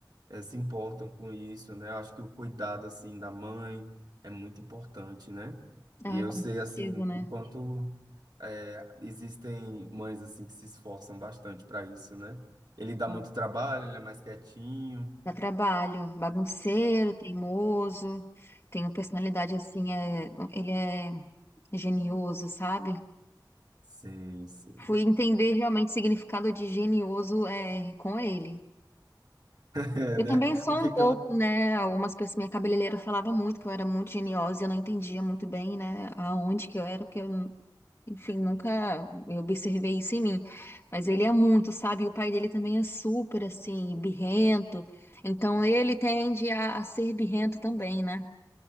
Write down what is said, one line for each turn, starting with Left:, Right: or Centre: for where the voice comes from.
Right: eh, se importam com isso, né? Eu acho que o cuidado, assim, da mãe é muito importante, né?
Left: Ah,
Right: E eu
Left: com
Right: sei, assim,
Left: certeza, né?
Right: o quanto eh, existem mães, assim, que se esforçam bastante para isso, né? Ele dá
Left: Ah,
Right: muito trabalho, ele é mais quietinho.
Left: Dá trabalho, bagunceiro, teimoso, tem uma personalidade assim, é, ele é genioso, sabe?
Right: Sim, sim.
Left: Fui entender
Right: <laughs>
Left: realmente o significado de genioso é, com ele.
Right: É,
Left: Eu
Right: né?
Left: também sou
Right: O que
Left: um pouco,
Right: que é uma,
Left: né? Algumas pessoas, minha cabeleireira falava muito que eu era muito geniosa e eu não entendia muito bem, né? Aonde que eu era, porque eu, enfim, nunca eu observei isso em mim. Mas ele é muito, sabe? E o pai dele também é super, assim, birrento. Então ele tende a, a ser birrento também, né?